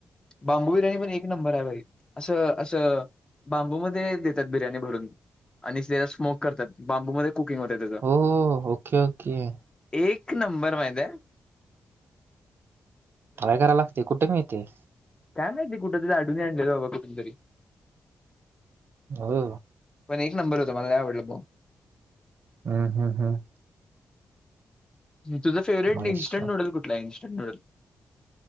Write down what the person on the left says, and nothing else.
बांबू बिर्याणी पण एक नंबर आहे भाई असं असं बांबूमध्ये देत्या त बिर्याणी भरून आणि त्याजात स्मोक करत्यात बांबू मध्ये कुकिंग होतय त्याज,
एक नंबर माहित हाय.
काय माहिती कुठ, ती ड्याडी नी आणलेली बाबा कुठून तरी.
पण एक नंबर होत मला काय आवडलं मग.
तुझा फेवर्हेट
इनंस्टंट नूडल कुठला आहे इन्स्टंट नूडल.